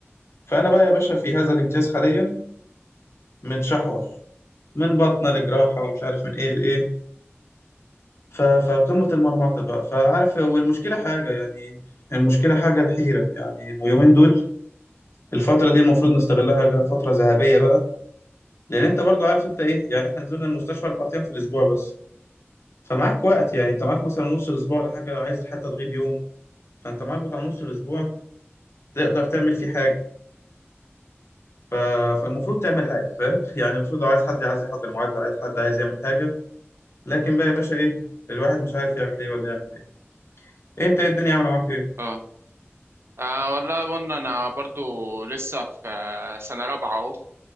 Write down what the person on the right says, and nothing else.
اه آه، والله قلنا انا برضو لسه في آه، سنه رابعه اهو